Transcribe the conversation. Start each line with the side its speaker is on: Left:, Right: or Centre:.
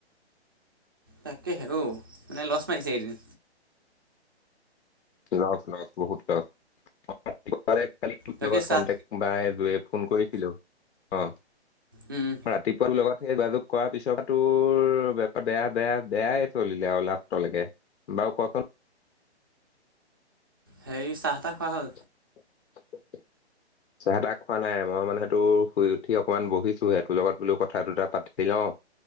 Right: তাকেহে অ মানে লছ মাৰিছে এইকেইদিন
Left: লছ লছ বহুত লছ বুধবাৰে খালি তোৰ
Right: বাকী
Left: লগত
Right: চাহ
Left: কণ্টেক্ট বাইযোৱে ফোন কৰিছিলো অ'
Right: উম
Left: ৰাতিপুৱা লগত সেই যোগাযোগ কৰাৰ পিছপা তোৰ বেয়া বেয়া বেয়াই চলিলে আৰু লাষ্টলেকে বাও কোৱাছোন
Right: হেই চাহ তাহ খোৱা হ'ল?
Left: <inaudible> চাহ তাহ খোৱা নাই মই মানে হেটো শুই উঠি অকমান বহিছোহে তোৰ লগত বোলো কথা দুটা পাতি লওঁ।